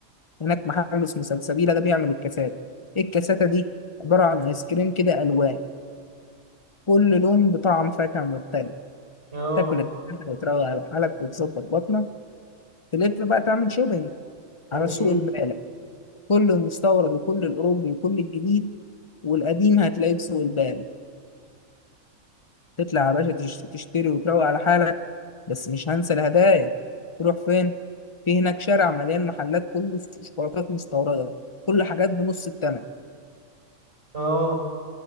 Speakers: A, on the left; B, on the right.
A: هناك محل اسمه سلسبيلة ده بيعمل الكاسات إيه الكاساتة دي عبارة عن آيس كريم كده ألوان كل لون بطعم فاكهة مختلف
B: اه
A: تاكل الكاسات وتروق على حالك وتظبط بطنك تلف بقى تعمل شوبينج على
B: اكيد
A: سوق البالة كل المستورد وكل الأوروبي وكل الجديد والقديم هتلاقيه في سوق البالة تطلع يا باشا تش- تشتري وتروق على حالك بس مش هنسى الهدايا تروح فين؟ في هناك شارع مليان محلات كله شوكولاتات مستوردة كل حاجات بنص التمن
B: اه